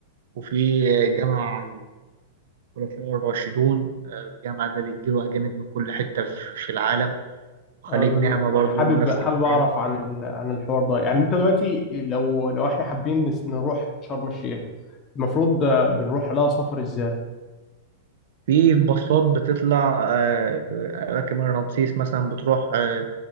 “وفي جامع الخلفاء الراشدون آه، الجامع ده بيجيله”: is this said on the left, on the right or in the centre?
Right